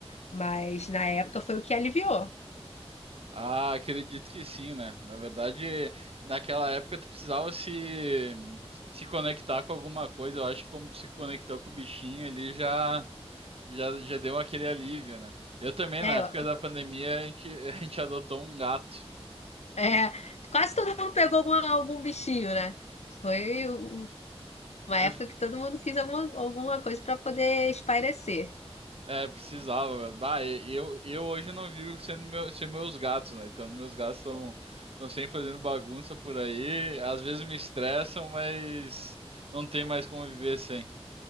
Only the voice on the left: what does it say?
mas na época foi o que aliviou.
É,
eu-
é, quase todo mundo pegou alguma- algum bichinho, né? Foi o- uma
época que todo mundo quis alguma, alguma coisa para poder espairecer.